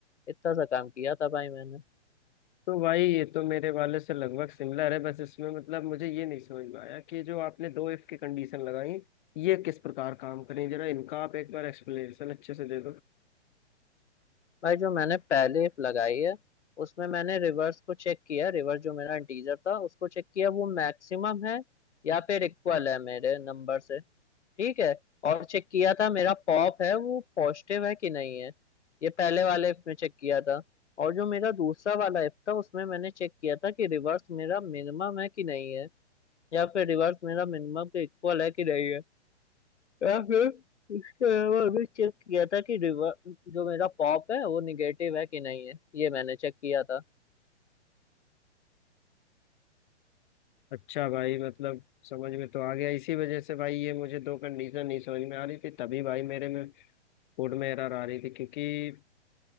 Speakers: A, on the left (about 80°); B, on the left (about 45°).
A: इतना सा काम किया था भाई मैंने
B: तो भाई ये तो मेरे वाले से लगभग सिमिलर है बस इसमें मतलब मुझे ये नहीं समझ में आया कि जो आपने दो इफ की कंडीशन लगाई ये किस प्रकार काम करें जरा इनका आप एक बार एक्सप्लेनेशन अच्छे से दे
A: भाई जो मैंने पहले if लगाई है उसमें मैंने रिवर्स को चेक किया रिवर्स जो मेरा इंटीजर था उसको चेक किया वो मैक्सिमम है या फिर इक्वल है मेरे नंबर से ठीक है और चेक किया था मेरा पॉप है वो पॉजिटिव है कि नहीं है ये पहले वाले इफ में चेक किया था और जो मेरा दूसरा वाला इफ था उसमें मैंने चेक किया था कि रिवर्स मेरा मिनिमम है कि नहीं है या फिर रिवर्स मेरा मिनिमम के इक्वल है कि नहीं है या फिर इसके अलावा अभी चेक किया था कि रिवर्स जो मेरा पॉप है वो निगेटिव है कि नहीं है ये मैंने चेक किया था
B: अच्छा भाई मतलब समझ में तो आ गया इसी वजह से भाई ये मुझे दो कंडीशन नहीं समझ में आ रही थी तभी भाई मेरे में कोड में एरर आ रही थी क्योंकि